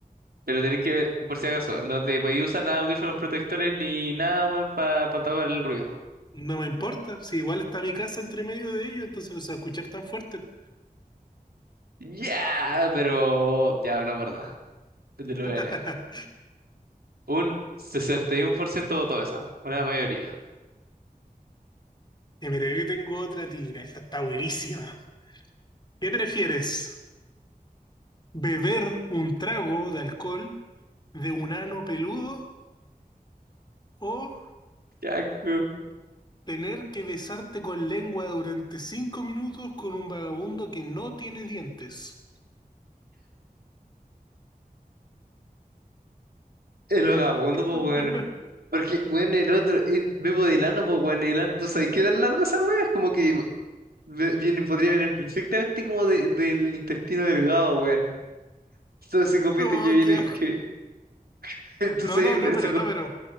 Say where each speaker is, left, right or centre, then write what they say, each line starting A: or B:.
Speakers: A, on the right; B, on the left.
A: Pero tenés que, por si acaso, no te podéis usar audífonos protectores ni nada, weón, para tapar el ruido.
B: No me importa, si igual está mi casa entre medio de ellos, entonces los se a escuchar tan fuerte.
A: Ya, pero ya, no es verdad. No te lo
B: <laughs>
A: voy a negar. Un 61% votó esa, una mayoría.
B: Y mira, yo tengo otra tira, esta está buenísima. ¿Qué prefieres? ¿Beber un trago de alcohol de un ano peludo o
A: Ya, cu-
B: tener que besarte con lengua durante cinco minutos con un vagabundo que no tiene dientes?
A: el vagabundo, pues,
B: <laughs>
A: weón. Porque, weón, el otro, eh, Bebo de Lano, pues, weón, el ano- ¿tú sabes qué tan larga esa weá? Es como que ve- viene, podría venir perfectamente como de- del intestino delgado, weón. Todo ese copete
B: No,
A: que viene,
B: qué
A: que, <laughs> tú
B: No,
A: sabes,
B: no, no, pero
A: se junta.
B: no, pero.